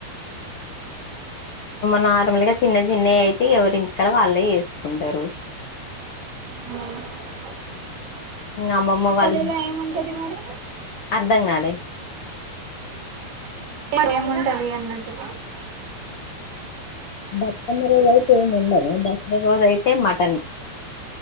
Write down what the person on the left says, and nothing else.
నార్మల్ గా చిన్న చిన్నవి అయితే ఎవరి ఇంటి కాడ వాళ్ళే చేసుకుంటారు
అమ్మమ్మ వాళ్ళ
అర్ధం కాలే
బతుకమ్మ రోజు అయితే ఏం ఉండదు దసరా రోజు అయితే మటన్